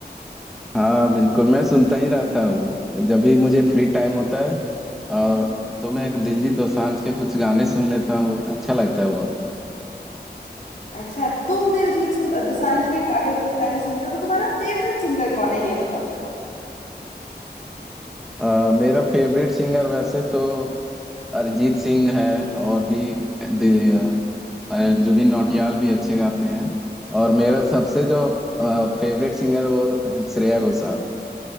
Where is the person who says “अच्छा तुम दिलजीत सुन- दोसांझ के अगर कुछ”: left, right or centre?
Left